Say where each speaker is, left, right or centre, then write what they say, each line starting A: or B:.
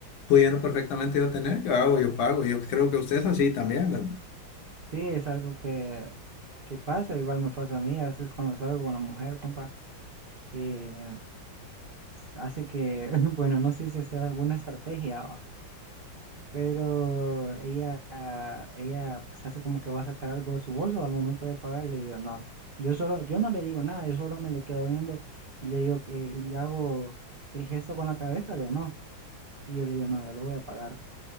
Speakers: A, on the left (about 80°); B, on the right (about 45°).
A: Pudiendo perfectamente yo tener, yo hago, yo pago. Yo creo que usted es así también, ¿verdad?
B: Sí, es algo que, que pasa, igual me pasa a mí, a veces cuando salgo con la mujer, compa. eh, hace que, <laughs> bueno, no sé si es alguna estrategia, va, pero ella, ella pues hace como que va a sacar algo de su bolso al momento de pagar y le digo, no, yo solo, yo no le digo nada, yo solo me le quedo viendo y le digo que, y le hago el gesto con la cabeza de no, y yo le digo, no, yo lo voy a pagar.